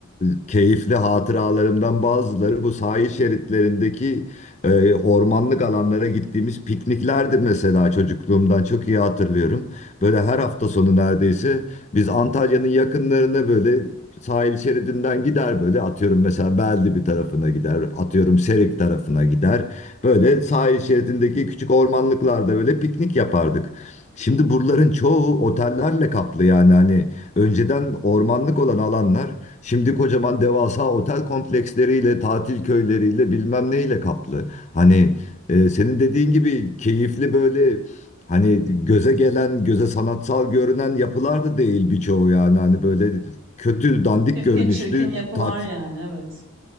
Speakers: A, on the left; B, on the right.
A: e, keyifli hatıralarımdan bazıları bu sahil şeritlerindeki e, ormanlık alanlara gittiğimiz pikniklerdi mesela çocukluğumdan çok iyi hatırlıyorum. Böyle her hafta sonu neredeyse biz Antalya'nın yakınlarına böyle sahil şeridinden gider böyle atıyorum mesela Belde bir tarafına gider atıyorum Serik tarafına gider. Böyle sahil şeridindeki küçük ormanlıklarda böyle piknik yapardık. Şimdi buraların çoğu otellerle kaplı yani hani önceden ormanlık olan alanlar şimdi kocaman devasa otel kompleksleriyle, tatil köyleriyle bilmem neyle kaplı. Hani e, senin dediğin gibi keyifli böyle hani göze gelen, göze sanatsal görünen yapılar da değil birçoğu yani hani böyle kötü dandik
B: Çirkin
A: görünüşlü
B: çirkin yapılar
A: tat,
B: yani evet.